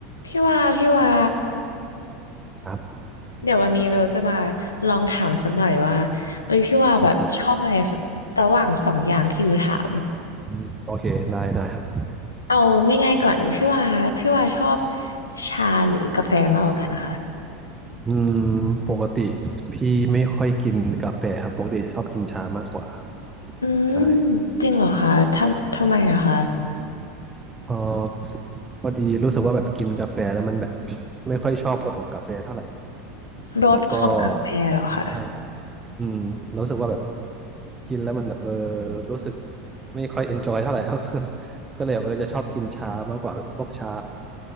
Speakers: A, on the left; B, on the right.
A: พี่ว่าพี่ว่า
B: ครับ
A: เดี๋ยววันนี้เบลจะมาลองถามสักหน่อยว่าเอ้ยพี่ว่าแบบชอบอะไร
B: โอเค
A: ระหว่างสองอย่างที่บิวถาม
B: อืมโอเคได้ได้ครับ
A: เอาง่ายๆก่อนพี่ว่าพี่ว่าชอบชาหรือกาแฟมากกว่ากันนะคะ
B: อืมปกติพี่ไม่ค่อยกินกาแฟครับปกติจะชอบกินชามากกว่า
A: อืม
B: ใช่
A: จริงเหรอคะทำทำไมอะคะ
B: เออพอดีรู้สึกว่าแบบกินกาแฟแล้วมันแบบ <coughs> <clears throat> ไม่ค่อยชอบรสของกาแฟเท่าไหร่
A: รสของกาแฟเหรอคะ
B: แล้วก็ใช่อืมรู้สึกว่าแบบกินแล้วมันแบบเออรู้สึกไม่ค่อยเอนจอยเท่าไหร่ครับ <laughs> ก็เลยแบบเออจะชอบกินชามากกว่าแบบพวกชา